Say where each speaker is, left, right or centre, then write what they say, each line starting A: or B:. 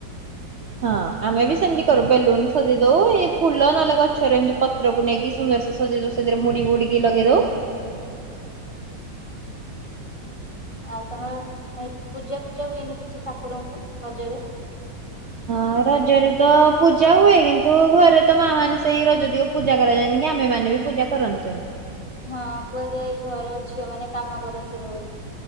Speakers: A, on the right (about 65°); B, on the left (about 55°).
A: ହଁ ଆମେ ବି ସେମିତି କରୁ। ବେଲୁନ୍ ସଜେଇ ଦଉ ଏଇ ଫୁଲ ନେହେଲେ ଗଛରେ ଏମତି ପ ତ୍ର କୁ ନେଇକି ସୁନ୍ଦର ସେ ସଜେଇ ଦଉ। <unintelligible> ମୁଡି ବୁଡିିକି ଲଗେଇଦଉ।
B: ଆଉ ତମର ଏଠି ପୂଜା ପୂଜା ହୁଏନି କିଛି ଠାକୁରଙ୍କୁ ରଜରେ? <inaudible>
A: ହଁ ରଜରେ ତ ପୂଜା ହୁଏ କିନ୍ତୁ ଘରେ ତ ମା ମାନେ ସେଇ ରଜ <inaudible> ଦଗ ପୂଜା କରାଯାନି କି ଆମେ ମାନ ବି ପୂଜା କରନ୍ତି।
B: ହଁ କୁହାଯାଏ ଘର ଝିଅ ମାନେ କାମ କରନ୍ତିନି ବୋଲି।